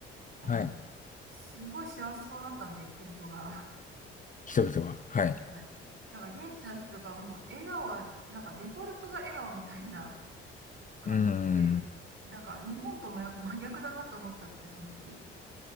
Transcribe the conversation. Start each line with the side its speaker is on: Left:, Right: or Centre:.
Right: あの、
Left: はい
Right: すごい幸せそうだったんで、人々が。
Left: 人々が。はい。
Right: <laughs> はい。なんか、現地の人がもう、笑顔は、なんか、デフォルトが笑顔みたいな感じで、
Left: うーん。
Right: なんか、日本とも真逆だなと思っちゃって、その時。